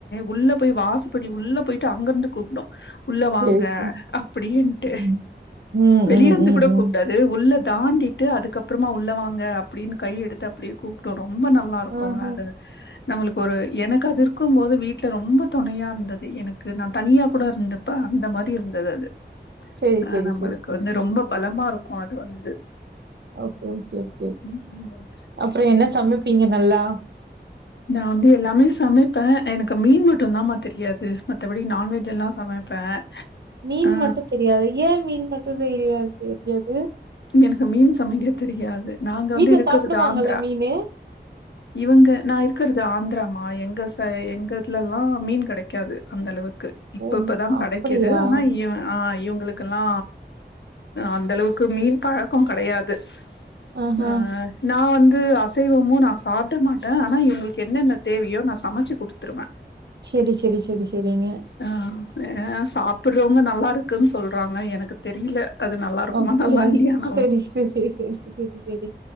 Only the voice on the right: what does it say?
சேரி சேரி
ம் ம்
ம் ம்
ம்
ஆஹா
சேரி
சேரி
சேரி
அப்ற உகே உகே
அப்ற என்ன சமைப்பீங்க நல்லா
மீன்
மட்டு தெரியாத ஏ மீன் மட்டு தெரியாது எது
வீட்ல
சாப்டுவாங்கல்ல
மீனு
ஓ
அப்டியா
ஆஹா
சேரி சேரி சேரி சேரிங்க
ஓகே
சேரி சேரி சேரி சேரி சேரி